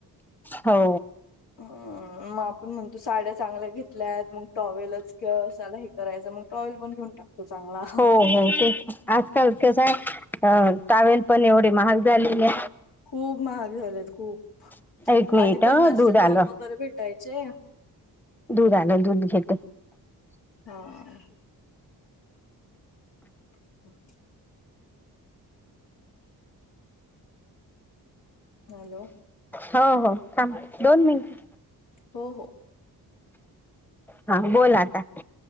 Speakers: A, in the centre; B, on the left.
A: हो.
B: हं. म आपण म्हणतो साड्या चांगल्या घेतल्यात मग टॉवेलच कशाला हे करायचं मग टॉवेल पण घेऊन टाक. त्याच्यामुळं हाव
A: हो हो आजकाल कसं हाय अ टॉवेलपण एवढी महाग झालेले
B: खूप महाग झालेत खूप,
A: आहे एक मिनिट
B: आधी
A: ह
B: पन्नासचे
A: दूध आलं
B: दोन वगैरे भेटायचे.
A: दूध आनन दूध घेते.
B: हां. <inaudible> हॅलो.
A: हो हो थांब दोन मिनट.
B: हो हो.
A: हा बोला आता.